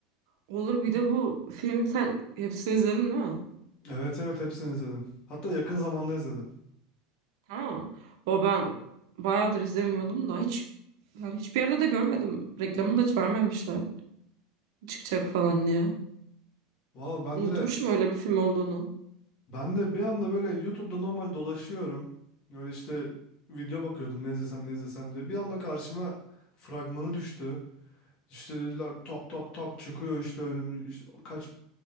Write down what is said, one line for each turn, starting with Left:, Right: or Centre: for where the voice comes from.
Right: Olur bir de bu film sen hepsini izledin değil mi?
Left: Evet evet hepsini izledim. Hatta yakın zamanda izledim.
Right: Ha. O ben bayağıdır izlemiyordum da hiç yani hiçbir yerde de görmedim. Reklamını da hiç vermemişler. Çıkacak falan diye.
Left: Valla ben
Right: Unutmuşum
Left: de
Right: öyle bir film olduğunu.
Left: Ben de bir anda böyle YouTube'da normal dolaşıyorum. Öyle işte video bakıyordum ne izlesem ne izlesem diye. Bir anda karşıma fragmanı düştü. İşte dediler tak tak tak çıkıyor işte önüm işte kaç